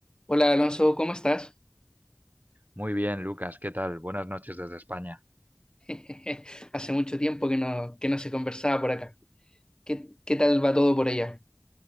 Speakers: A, on the left (about 20°); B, on the right (about 35°).
A: Hola Alonso, ¿cómo estás?
B: Muy bien, Lucas, ¿qué tal? Buenas noches desde España.
A: <laughs> Hace mucho tiempo que no, que no se conversaba por acá. ¿Qué, qué tal va todo por allá?